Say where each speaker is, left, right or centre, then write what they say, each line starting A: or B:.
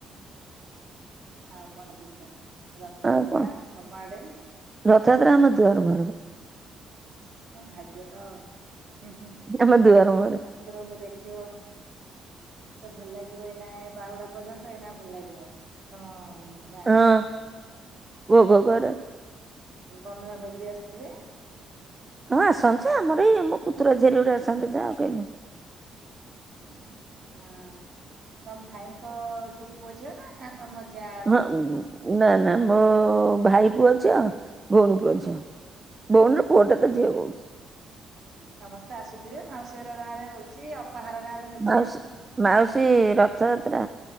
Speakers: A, on the right; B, on the right.
A: ଆଉ କଣ କହୁଛ ରଥଯାତ୍ରା
B: ଆଉ କଣ
A: ତମ ଆଡ଼େ?
B: ରଥଯାତ୍ରା ଆମ ଦୁଆର ମୁହଁରେପା।
A: ଇସ୍ ତମ ଭାଗ୍ୟତ ଆଉ ହୁଁ ହୁଁ।
B: ଆମ ଦୁଆର ମୁହଁରେ।
A: ଠାକୁରଙ୍କୁ ଦେଖିବ। ତ ଭଲ ଲାଗିବ ଏଇନା ବାହୁଡ଼ା ପର୍ଯ୍ୟନ୍ତ ଏଇନା ଭଲ ଲାଗିବ ତମ ଗାଁଟା
B: ହଁ ଭୋଗ କରେ।
A: ବନ୍ଧୁବାନ୍ଧବବି ଆସିଥିବେ?
B: ହଁ ଆସନ୍ତି ଆମର ଏଇ ମୋ ପୁତୁରା ଝିଆରୀ ଗୁରେ ଅସନ୍ତି ଯାହା ଆଉ କେହି ନାହେଁ।
A: ଉଁ ହୁଁ ହଁ ତମ ଭାଇଙ୍କ ଯୋଉ ପୁଅ ଝିଅନା ନା ତମ ଯା ପୁଅ
B: ହଁ
A: ଝିଅ?
B: ନା ନା ମୋ ଭାଇ ପୁଅ ଝିଅ ଭଉଣୀ ପୁଅ
A: ହଁ
B: ଝିଅ ଭଉଣୀର ପୁଅଟେତ
A: ଓହୋ
B: ଝିଅ କହୁଚି।
A: ସମସ୍ତେ ଆସୁଥିବେ ମାଉସୀ ଘର ଗାଁରେ ହଉଚି ଅପା ଘର ଗାଁରେ ହଉଚି
B: ମାଉସୀ
A: ଆଉ।
B: ମାଉସୀ ରଥଯାତ୍ରା